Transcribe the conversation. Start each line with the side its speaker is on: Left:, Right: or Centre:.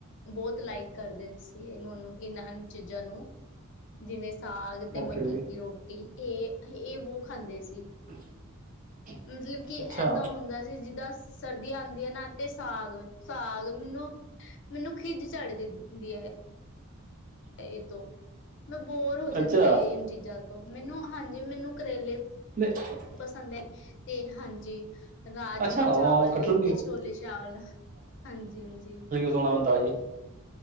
Left: ਬੌਤ ਲਾਈਕ ਕਰਦੇ ਸੀ ਏਨੋ ਏਨਾਂ ਚੀਜ਼ਾਂ ਨੂੰ ਜਿਵੇਂ ਸਾਗ ਤੇ
Right: ਓਕੇ
Left: ਮੱਕੀ ਕੀ ਰੋਟੀ ਏ ਏ ਬੋ ਖਾਂਦੇ ਸੀ।
Right: <inaudible>
Left: ਮਤਲਬ ਕੀ
Right: ਅੱਛਾ
Left: ਐਦਾਂ ਹੁੰਦਾ ਸੀ ਜੀਦਾਂ ਸਰਦੀ ਆਦੀਆਂ ਨਾ ਤੇ ਸਾਗ, ਸਾਗ ਮੈਨੂੰ ਮੈਨੂੰ ਖੀਜ ਚੜ ਜਾ ਦੀਐ ਏ ਤੋਂ, ਮੈਂ ਬੋਰ ਹੋ ਜਾਂਦੀ
Right: ਅੱਛਾ
Left: ਆ ਏਨ ਚੀਜ਼ਾਂ ਤੋਂ ਮੈਨੂੰ ਹਾਂਜੀ ਮੈਨੂੰ ਕਰੇਲੇ
Right: <inaudible>
Left: ਪਸੰਦ ਐ, ਤੇ ਹਾਂਜੀ ਰਾਜਮਾਂ
Right: ਅੱਛਾ
Left: ਚਾਵਲ
Right: ਉਹ ਕਟਹਲ ਵੀ
Left: ਤੇ ਛੋਲੇ ਛਾਵਲ, ਹਾਂਜੀ-ਹਾਂਜੀ।
Right: ਸੌਣਾ ਹੁੰਦਾ ਦਾ ਜੀ